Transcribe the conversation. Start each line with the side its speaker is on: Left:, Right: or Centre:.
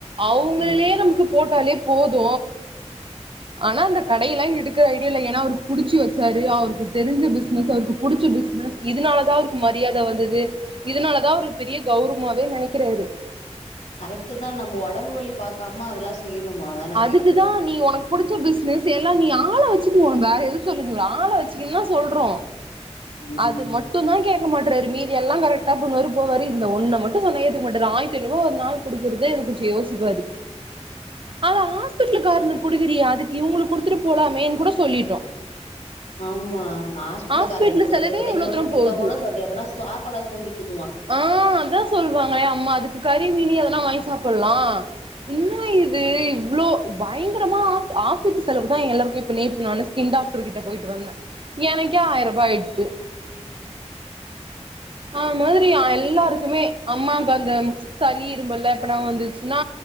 Right: அவுங்களே
Left: ம்
Right: நமக்கு போட்டாலே போது ஆனா அந்த கடயெல்லா எடுக்குற ஐடியாயில்ல ஏனா அவ்ருக்கு புடிச்சு வச்சாரு அவருக்கு தெரிஞ்ச பிசினஸ் அவ்ருக்கு புடிச்ச பிசினஸ் இதனால தா அவர்க்கு மரியாத வந்தது இதுனால தா அவ்ருக்கு பெரிய கௌர்வ்மாவே நெனைக்கிறாரு
Left: கரெக்ட்டு தா நம்ப ஒடம்பு வலி பாக்காம அதல்லா செய்ணுமா அதா நா
Right: அதுக்குதான்
Left: கேக்குறது
Right: நீ உனக்கு புடிச்ச பிசினஸ் எல்லா நீ ஆள வச்சுக்கோ ஒனக்கு வேற எது சொல்ல நீ ஒரு ஆள வச்சுக்கன் தா சொல்றோ
Left: ம்
Right: அது மட் டுந்தா கேக்க மாட்றாரு மீதி எல்லா கரெக்டா பண்ணுவாரு போவாரு இந்த ஒன்ன மட்டு சொன்ன ஏத்துக்க மாட்டாரு ஆய்ர்த்தை ஐநூறுவா ஒரு நாள் குடுக்குறுதே இத கொஞ்சொ யோசிப்பாரு அல ஆஸ்பிட்லு கார்னுக் குடுக்குறியே அதுக்கு இவுங்ளுக்கு குடுத்துட்டு போலாமேன் கூட சொல்லிட்டோ
Left: ஆமா ஆஸ்பிட்லுக்காரனுக்கு
Right: ஹாஸ்பிட்டல்
Left: குடுக்குறத
Right: செலவே
Left: விட
Right: இவ்ளோ
Left: இவனுக்கு
Right: தூரோ
Left: குட்த்தா
Right: போகுது
Left: கூட அது எங்கனா சாப்பாடாது பொங்கி திண்ணுவா
Right: ஆ அதா சொல்லுவாங்ளே அம்மா அதுக்கு கறி மீனு எதனா வாங்கி சாப்பலா இன்னா இது இவ்ளோ பயங்கரமா ஆஸ்பத்திரி செலவு தா எல்லாருக்குமே இப்ப நேத்து நானு ஸ் கின் டாக்ரு கிட்ட போய்ட்டு வந்தே எனக்கே ஆயரூபா ஆயிட்து
Left: <inaudible>
Right: அந்த மாதிரி எல்லாருக்குமே அம்மாக்கு அந்த சளி இரும்பல்லா எப்பனா வந்துச்சுன்னா